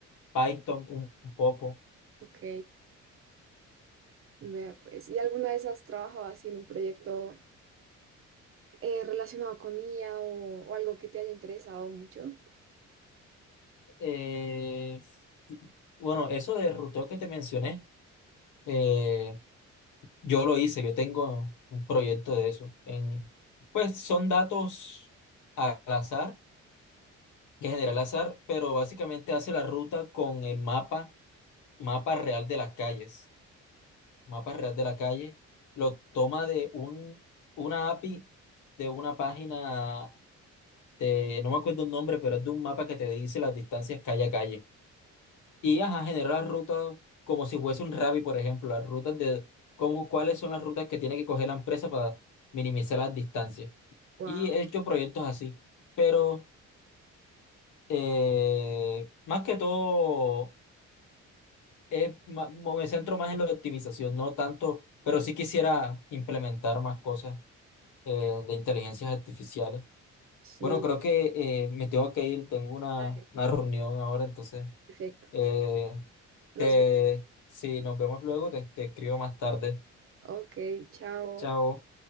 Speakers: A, on the left; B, on the right.
A: Python un un poco.
B: Ok, vea pues. ¿Y alguna vez has trabajado así en un proyecto? eh, relacionado con IA o, o algo que te haya interesado mucho.
A: Eh, bueno, eso de ruteo que te mencioné, eh, yo lo hice, yo tengo un proyecto de eso. En, pues son datos al azar, que genera el azar, pero básicamente hace la ruta con el mapa, mapa real de las calles. Mapa Real de la Calle, lo toma de un, una API de una página de, no me acuerdo el nombre, pero es de un mapa que te dice las distancias calle a calle. Y ajá, genera las rutas como si fuese un Ravi, por ejemplo, las rutas de cómo, cuáles son las rutas que tiene que coger la empresa para minimizar las distancias.
B: Wow,
A: Y he hecho proyectos así, pero eh, más que todo es ma- mo- me centro más en la optimización, no tanto, pero sí quisiera implementar más cosas eh, de inteligencias artificiales.
B: sí,
A: Bueno, creo que eh, me tengo que ir, tengo una,
B: dale,
A: una reunión ahora, entonces,
B: perfecto.
A: eh,
B: Nos
A: te,
B: vemos.
A: si nos vemos luego, te, te escribo más tarde.
B: Ok, chao.
A: Chao.